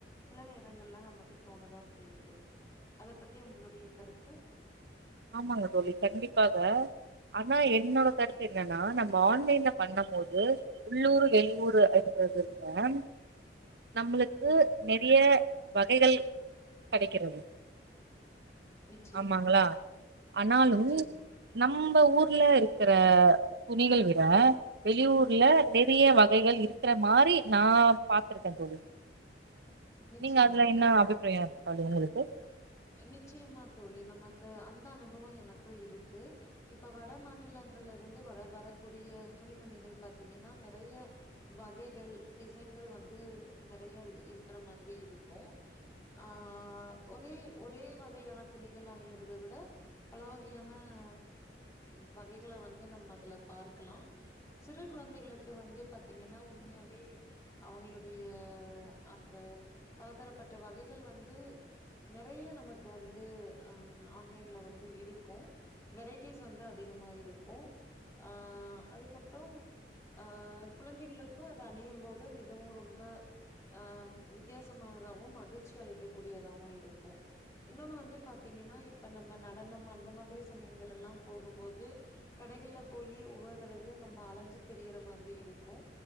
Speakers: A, on the left; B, on the right.
A: சில நேரங்கள்ல நமக்கு தோணதான் செய்யுது அத பத்தி உங்களுடைய கருத்து
B: ஆமாங்க தோழி கண்டிப்பாக ஆனா என்னோட கருத்து என்னன்னா நம்ம ஆன்லைன்ல பண்ணும் போது உள்ளூரு வெளியூரு எது தான் நம்மளுக்கு நெறிய வகைகள் கெடைக்கிறது
A: நிச்சயமா
B: ஆமாங்களா ஆனாலும்
A: நிச்சயமா,
B: நம் நம்ம ஊர்ல இருக்கிற துணிகள் விட வெளியூர்ல நிறைய வகைகள் இருக்கிற மாதரி நான் பாத்துருக்கேன் தோழி
A: நிச்சயமா,
B: நீங்க அதுல
A: நிச்சயமா.
B: என்ன அபிப்பிராய படுது உங்களுக் வ
A: நிச்சயமா தோழி நமக்கு அந்த அனுபவ எனக்கு இருக்கு இப்ப வட மாநிலங்கள்ல இருந்து வட வரக்கூடிய துணிமணிகள் பாத்தீங்கன்னா நிறைய வகைகள் டிசைன்கள் வந்து நெறயா இருக்கிற மாதிரி இருக்கு ஆ ஒரே ஒரே வகையான துணிகள் அணிகிறத விட பல வகையான ஹ வகைகள வந்து நம்ம அதுல பார்க்கலாம் சிறு குழந்தைகளுக்கு வந்து பாத்தீங்கன்னா உண்மையாவே அவங்களுடைய அந்த பலதரப்பட்ட வகைகள் வந்து நே றைய நமக்கு வந்து அ ஆன்லைன்ல வந்து இருக்கு வெரைட்டிஸ் வந்த அதிகமா இருக்கு ஆ அதுக்கப்றோ அ குழந்தைகளுக்கு அது அணியும் போது மிகவு ரொம்ப அ வித்தியாசமானதாவு மகிழ்ச்சி அளிக்க கூடியதாவு இருக் கொ இன்னொன்னு வந்து பாத்தீங்கன்னா இப்ப நம்ம நடனம் அந்த மாதிரி சமயங்கள் எல்லா போகும்போது கடைகள்ல போயி ஒவ்வொரு தடவையு நம்ம அலஞ்சு திரியிற மாதிரி இருக்கு